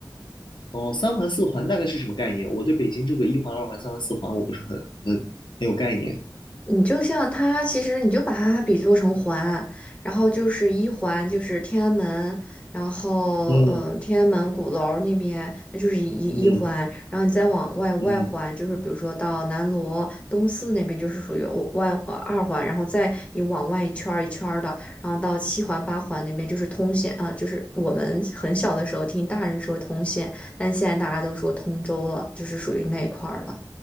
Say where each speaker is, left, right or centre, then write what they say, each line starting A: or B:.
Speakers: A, on the left (about 80°); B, on the left (about 15°).
A: 哦，三环四环大概是什么概念？我对北京这个一环、二环、三环、四环我不是很很很有概念。
B: 你就像它，其实你就把它比作成环，然后就是一环就是天安门，然后嗯、
A: 嗯
B: 呃天安门鼓楼儿那边那就是一一环，
A: 嗯
B: 然后你再往外外环就是比如说到南锣东四那边就是属于哦外呃二环，
A: 嗯，
B: 然后再你往外一圈儿一圈儿的，然后到七环八环那边就是通县啊、就是我们很小的时候听大人说通县，但现在大家都说通州了，就是属于那一块儿了，